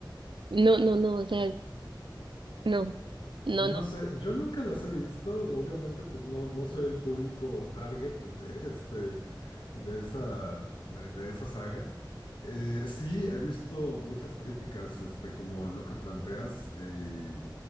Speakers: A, on the right (about 85°); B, on the left (about 85°).
A: No, no, no, o sea, no, no,
B: No
A: no.
B: sé, yo nunca las he visto, obviamente pues no, no soy el público target de este de esa de, de esa saga, Eh, sí, he visto muchas críticas, este, como lo que planteas, eh, y